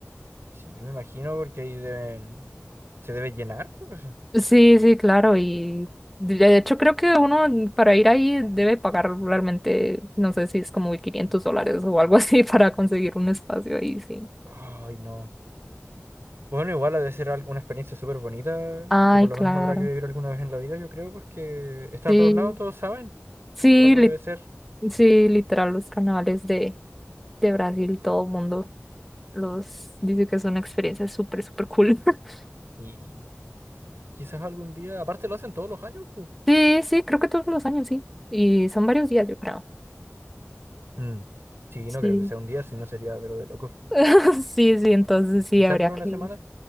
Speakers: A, on the right (about 55°); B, in the centre.
A: sí, me imagino porque ahí deben, se debe llenar. pues.
B: Sí, sí, claro, y de de hecho creo que uno para ir ahí debe pagar realmente, no sé si es como 500 dólares o algo así <laughs> para conseguir un espacio ahí, sí.
A: Ay, no. Bueno, igual ha de ser alguna experiencia súper bonita,
B: Ay,
A: que por lo
B: claro.
A: menos habrá que vivir alguna vez en la vida, yo creo, porque está
B: Sí,
A: en todos lados, todos saben,
B: sí,
A: por algo debe ser.
B: Sí, literal, los carnavales de, de Brasil, todo el mundo los dice que es una experiencia súper, súper cool. <laughs>
A: Y quizás algún día, aparte lo hacen todos los años, pues.
B: Sí, sí, creo que todos los años, sí. Y son varios días, yo creo.
A: Mm, Sí, no
B: Sí,
A: creo que sea un día, si no sería, pero de locos.
B: <laughs> sí, sí, entonces sí,
A: Quizás
B: habría
A: dure
B: que...
A: una semana.